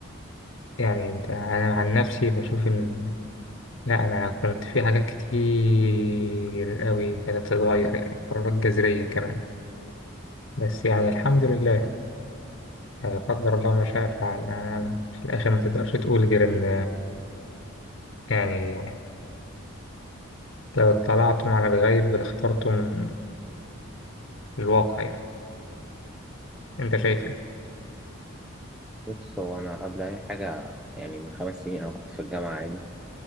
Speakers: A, on the left (about 55°); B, in the centre.
A: يعني أنت أنا عن نفسي بشوف إن لا أنا كنت في حاجات كتير قوي كانت تتغير يعني قرارات جذرية كمان بس يعني الحمد لله لا قدر الله ما شاء فعل أنا في الآخر ما تقدرش تقول غير إن يعني لو اطلعتم على الغيب لاخترتم الواقع يعني أنت شايف إيه؟
B: بص هو أنا قبل أي حاجة يعني من خمس سنين أنا كنت في الجامعة عادي